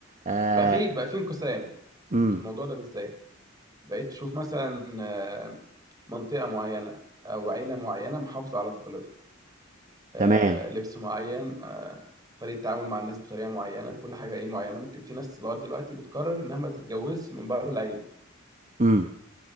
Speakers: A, on the right (about 35°); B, on the right (about 20°).
A: آه
B: بقى في بقى في انقسام
A: امم
B: في الموضوع ده بالذات بقيت تشوف مثلا آه، منطقه معينه او عيله معينه محافظه على تقاليدها آه،
A: تمام
B: لبس معين آه، طريقة تعامل مع الناس بطريقة معينة كل حاجة ايه معينة ممكن في ناس لغاية دلوقتي بتقرر انها ما تتجوزش من بره العيلة
A: امم